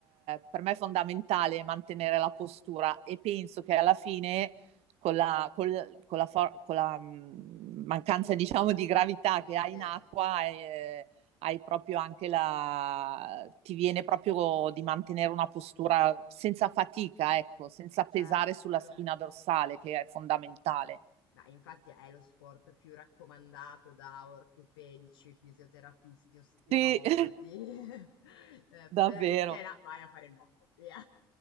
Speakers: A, on the right (about 55°); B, on the left (about 75°).
A: per me è fondamentale mantenere la postura e penso che alla fine con la, col- con la for- con la, mh, mancanza, diciamo, di gravità
B: Di
A: che
B: che-
A: hai
B: Sì,
A: in acqua eh, hai proprio anche la... ti viene proprio di mantenere una postura senza fatica, ecco, senza
B: s-
A: pesare
B: certo.
A: sulla spina dorsale, che è fondamentale.
B: Ma infatti è lo sport più raccomandato da ortopedici, fisioterapisti, osteopati.
A: Sì, <laughs>
B: <laughs> Eh,
A: davvero.
B: problema di schiena, vai a fare il nuoto. Via.